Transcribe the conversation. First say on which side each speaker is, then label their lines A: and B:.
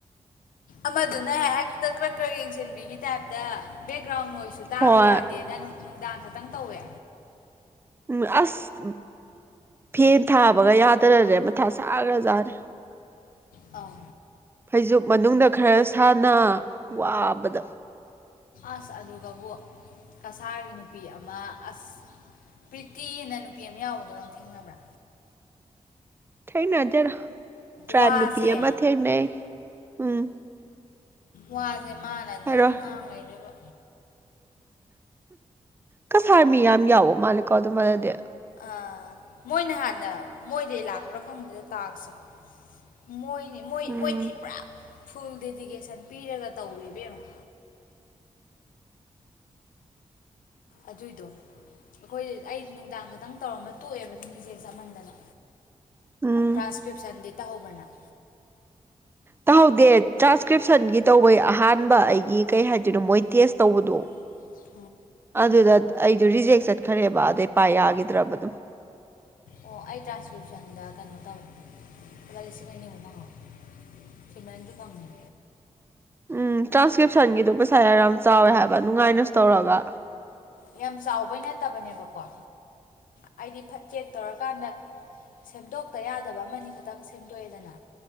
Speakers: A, on the left; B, on the right.
A: ꯑꯃꯗꯨꯅ ꯍꯦꯛꯇ ꯀ꯭ꯔꯛ ꯀ꯭ꯔꯛ ꯌꯦꯡꯁꯤꯟꯕꯤꯒꯤ ꯇꯥꯏꯞꯇ ꯕꯦꯛꯒ꯭ꯔꯥꯎꯟꯣꯏꯁꯨ ꯇꯥꯕ
B: ꯍꯣꯏ
A: ꯌꯥꯗꯦ ꯑꯦꯅ ꯅꯨꯡꯗꯥꯡ ꯈꯛꯇꯪ ꯇꯧꯋꯦ
B: ꯎꯝ ꯑꯁ ꯐꯦꯟ ꯊꯥꯕꯒ ꯌꯥꯗꯔꯅꯦꯦ ꯃꯊꯥ ꯁꯥꯈ꯭ꯔꯖꯥꯠꯅꯤꯦ
A: ꯑꯥꯎ
B: ꯐꯩꯖꯣꯨꯞ ꯃꯅꯨꯡꯗ ꯈꯔ ꯁꯥꯥꯟꯅ ꯋꯥꯕꯗ
A: ꯑꯁ ꯑꯗꯨꯒꯕꯨ ꯀꯁꯥꯔꯒꯤ ꯅꯨꯄꯤ ꯑꯃ ꯑꯁ ꯄ꯭ꯔꯤꯇꯤꯅ ꯅꯨꯄꯤ ꯑꯃ ꯌꯥꯎꯕꯗꯣ ꯅꯪ ꯊꯦꯡꯅꯕ꯭ꯔꯥ
B: ꯊꯩꯅꯗꯦꯗ ꯇ꯭ꯔꯥꯞ
A: ꯋꯥꯁꯦ
B: ꯅꯨꯄꯤ ꯑꯃꯥ ꯊꯦꯡꯅꯩ ꯎꯝ
A: ꯋꯥꯖꯦ ꯃꯥꯅ ꯑꯗꯨꯝ
B: ꯍꯥꯏꯔꯣꯏ
A: ꯉꯥꯡ ꯂꯩꯗꯣꯏꯕ
B: ꯀꯁꯥꯔ ꯃꯤ ꯌꯥꯝ ꯌꯥꯎꯕ ꯃꯥꯜꯂꯦꯀꯣ ꯑꯗꯨꯃꯥꯏꯅꯗꯤ
A: ꯑꯥ ꯃꯣꯏꯅ ꯍꯥꯟꯅ ꯃꯣꯏꯗꯒꯤ ꯂꯥꯛꯄ꯭ꯔꯥ ꯈꯪꯗꯦꯗ ꯇꯥꯛꯁꯦ ꯃꯣꯏꯅꯤ ꯃꯣꯏ
B: ꯎꯝ
A: ꯃꯣꯏꯗꯤ ꯄꯨꯔꯥ ꯐꯨꯜ ꯗꯦꯗꯤꯀꯦꯁꯟ ꯄꯤꯔꯒ ꯇꯧꯔꯦꯏꯕꯦꯝꯃ ꯑꯗꯨꯏꯗꯣ ꯑꯩꯈꯣꯏ ꯑꯩꯁꯨ ꯅꯨꯡꯗꯥꯡ ꯈꯛꯇꯪ ꯇꯧꯔꯝꯃ ꯇꯣꯛꯑꯦꯕ ꯔꯤꯖꯦꯛ ꯆꯥꯃꯟꯗꯅ
B: ꯎꯝ
A: ꯇ꯭ꯔꯥꯟ꯭ꯁꯀ꯭ꯔꯤꯞꯁꯟꯗꯤ ꯇꯧꯍꯧꯕ꯭ꯔꯥ ꯅꯪ
B: ꯇꯧꯍꯧꯗꯦ ꯇ꯭ꯔꯥꯟꯁꯀ꯭ꯔꯤꯞꯁꯟꯒꯤ ꯇꯧꯕꯩ ꯑꯍꯥꯟꯕ ꯑꯩꯒꯤ ꯀꯩ ꯍꯥꯏꯗꯣꯏꯅꯣ ꯃꯣꯏ ꯇꯦꯁ ꯇꯧꯕꯗꯣ
A: <inaudible>
B: ꯑꯗꯨꯗ ꯑꯩꯗꯣ ꯔꯤꯖꯦꯛ ꯆꯠꯈ꯭ꯔꯦꯕ ꯑꯗꯩ ꯄꯥꯏ ꯌꯥꯈꯤꯗ꯭ꯔꯕ ꯑꯗꯨꯝ
A: ꯑꯣ ꯑꯩ ꯇ꯭ꯔꯥꯟꯁꯀ꯭ꯔꯤꯞꯁꯟꯗ ꯀꯩꯅꯣ ꯇꯧꯋꯦ ꯂꯨꯄꯥ ꯂꯤꯁꯤꯡ ꯑꯅꯤꯃꯨꯛ ꯐꯪꯉꯧꯏ <unintelligible> ꯐꯪꯉꯦ
B: ꯎꯝ ꯇ꯭ꯔꯥꯟꯁꯀ꯭ꯔꯤꯞꯁꯟꯒꯤꯗꯨꯣ ꯄꯩꯁꯥ ꯌꯥꯝ ꯌꯥꯝ ꯆꯥꯎꯋꯦ ꯍꯥꯏꯕ ꯅꯨꯡꯉꯥꯏꯅꯁꯨ ꯇꯧꯔꯒ
A: ꯌꯥꯝ ꯆꯥꯎꯕꯩ ꯅꯠꯇꯕꯅꯦꯕꯀꯣ ꯍꯥꯏꯗꯤ ꯐꯠꯆꯦꯛ ꯇꯧꯔꯀꯥꯟꯗ ꯁꯦꯝꯗꯣꯛꯇ ꯌꯥꯗꯕ ꯑꯃꯅꯤ ꯈꯛꯇꯪ ꯁꯦꯝꯗꯣꯛꯑꯦꯗꯅ